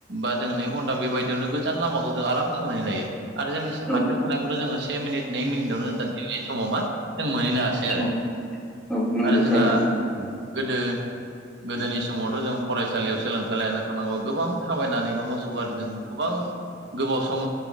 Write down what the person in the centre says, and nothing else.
औ
औ औ नंगौ
थारैनो